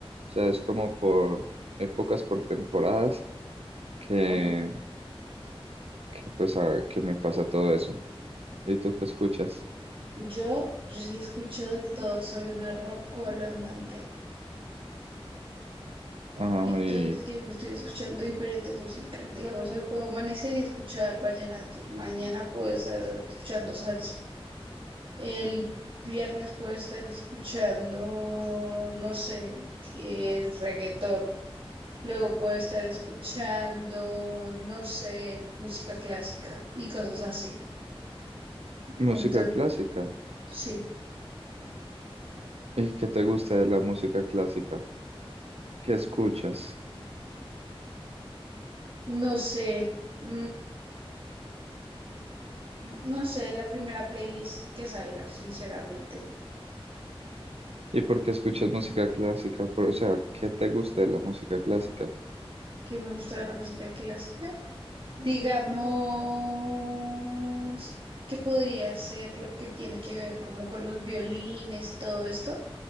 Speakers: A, on the right; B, on the right.
A: sea, es como por épocas, por temporadas que,
B: Ok.
A: que pues ah, que me pasa todo eso. ¿Y tú qué escuchas?
B: Yo, yo sí escucho de todo, soy una rockola andante
A: Ah,
B: y
A: y
B: todo el tiempo estoy escuchando diferente música Digamos, hoy puedo amanecer y escuchar vallenato, mañana puedo estar escuchando salsa, el viernes puedo estar escuchando, no sé, el reggaetón. Luego puedo estar escuchando, no sé, música clásica y cosas así.
A: música
B: Entonces,
A: clásica.
B: sí.
A: ¿Y qué te gusta de la música clásica? ¿Qué escuchas?
B: No sé. mm, no sé, la primera playlist que salga, sinceramente,
A: ¿Y por qué escuchas música clásica? Por- o sea, ¿qué te gusta de la música clásica?
B: que me gusta de la música clásica. Digamos que podría ser lo que tiene que ver como con los violines y todo esto,